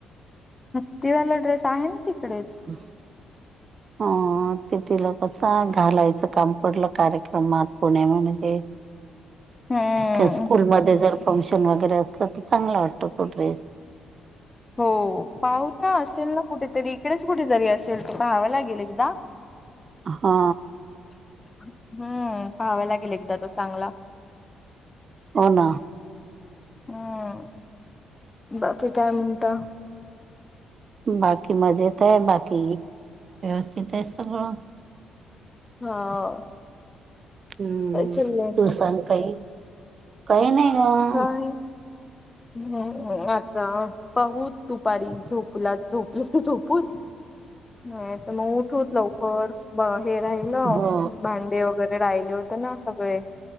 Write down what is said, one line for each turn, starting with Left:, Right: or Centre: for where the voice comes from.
Left: मक् तवाला ड्रेस आहे ना तिकडेच
Right: ह अ ते तिला कसं घालायचं काम पडलं कार्यक्रमात कोण्या म्हणजे
Left: हम्म
Right: का स्कूल मध्ये जर फंक्शन वगैरे असलं तर चांगला वाटतो तो ड्रेस
Left: हो पाहत ना असेल ना कुठेतरी इकडेच कुठ तरी असेल त पाहावं लागेल एकदा
Right: हा
Left: हम्म पाहाव लागेल एकदा तो चांगला
Right: हो ना
Left: हम्म बाकी काय म्हणता
Right: बाकी मजेत आहे बाकी व्यवस्थित आहे सगळं
Left: हा
Right: हम्म
Left: चले
Right: तू सांग काही काही नाही ग
Left: काय हम् आता पाहू दुपारी झोपला झोपलं तर झोपून नाही तर मग उठवत लवकर हे राहिलं
Right: हो
Left: भांडे वगैरे वगैरे राहिले होते ना सगळे